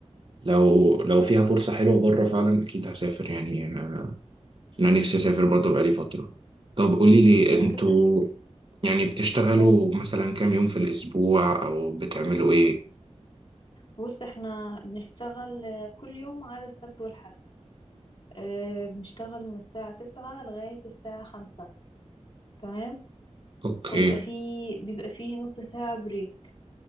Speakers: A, on the right; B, on the left.
A: لو لو فيها فرصه حلوه بره فعلا اكيد هسافر يعني انا أنا نفسي اسافر برضه بقالي فتره طب قولي لي
B: انا
A: انتوا
B: كلمتك
A: يعني بتشتغلوا
B: قول
A: مثلا كام يوم في الاسبوع او بتعملوا ايه
B: بص احنا بنشتغل آه، كل يوم ما عدا السبت والحد آه، بنشتغل من الساعة تسعة لغاية الساعة خمسة تمام
A: اوكي
B: ويبقى في بيبقى في نص ساعة بريك